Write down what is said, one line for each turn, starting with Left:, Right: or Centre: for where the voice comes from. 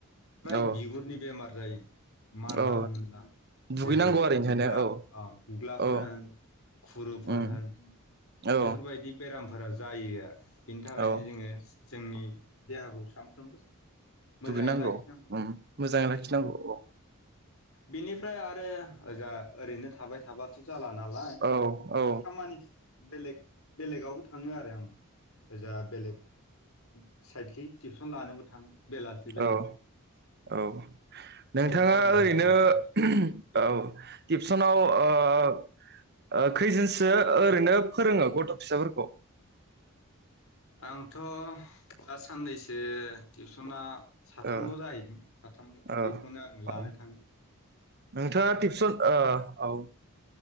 Left: फ्राय
Right: औ
Left: बिगुरनि बेमार ब्रै मानला
Right: औ
Left: मुला
Right: दुगैनांगौ
Left: जेरै
Right: आरो ओंखायनो
Left: गुग्ला
Right: औ
Left: गुग्लाफोर
Right: औ
Left: होन खुरुफोर
Right: उम
Left: होन
Right: औ
Left: बेफोरबायदि बेरामफोर फोर जायो आरो बिनि थाखायनो
Right: औ
Left: जोङो जोंनि देहाखौ सानफ्रोमबो मोजाङै
Right: दुगैनांगौ
Left: लाखिनांगौ
Right: ओम मोजाङै लाखिनांगौ अ
Left: बिनिफ्राय आरो जा ओरैनो थाबाय थाबाथ' जाला नालाय
Right: औ औ
Left: खामानि बेलेग बेलेगाव थाङो आरो आं जा बेलेग साइदखै टिउसन लानोबो थांङो। बेलासे बेलासे
Right: औ औ नोंथाङा
Left: गरमद्राय
Right: ओरैनो
Left: जायो नालाय
Right: उम औ टिपसनाव ओ खैजनसो ओरैनो फो रोङो गथ' फिसाफोरखौ
Left: आं थ' दा साननैसो टिपसना साथामल'
Right: ओ
Left: जाहैदों साथामल'
Right: ओ
Left: बेखौनो आंङो लानो
Right: औ
Left: थांङो।
Right: नोंथाङा टिपसन ओ औ